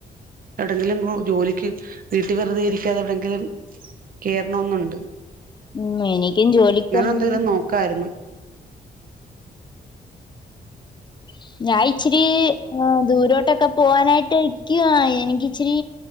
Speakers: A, on the right; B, on the left.
A: എവിടെങ്കിലും ജോലിക്ക് വീട്ടിൽ വെറുതെ ഇരിക്കാതെ എവിടെങ്കിലും കേറണന്നൊണ്ട്
B: മ് എനിക്കും ജോലിക്ക് എന്തിനെ
A: എന്തെങ്കിലും നോക്കായിരുന്നു
B: <unintelligible> ഞാൻ ഇച്ചിരി ദൂരോട്ട ഇട്ടൊക്കെ പോവാനായിട്ട് ഇക്കുവ എനിക്ക് ഇച്ചിരി